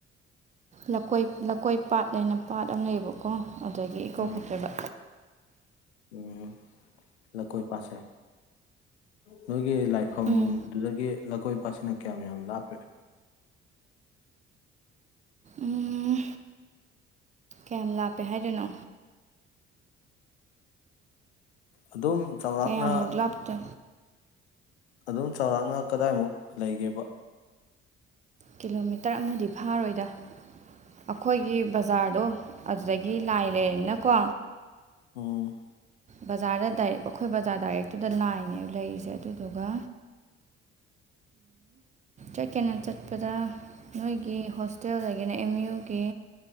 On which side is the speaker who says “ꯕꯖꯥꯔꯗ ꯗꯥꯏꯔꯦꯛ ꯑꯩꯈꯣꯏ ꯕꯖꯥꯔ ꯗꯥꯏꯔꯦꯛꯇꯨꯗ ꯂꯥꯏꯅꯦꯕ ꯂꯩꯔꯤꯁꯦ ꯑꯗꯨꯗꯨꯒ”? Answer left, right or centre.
Right